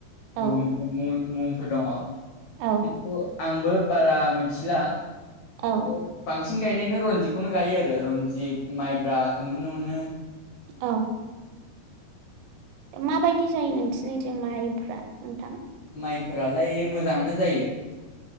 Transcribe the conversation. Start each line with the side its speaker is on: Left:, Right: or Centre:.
Right: औ
Left: गुबुन गुबुन मुंफोर दङ
Right: औ
Left: खिन्थु आंबो बारा मोन थिला
Right: औ
Left: ओमफ्राय बांसिन गायनायानो रनजितखौनो गायो आरो रनजित माइब्राखौ नुनो मोनो
Right: औ दा माबायदि जायो नोंसिनिथिं जायो माइफ्रा नोंथां
Left: माइफोरालाय मोजाङानो जायो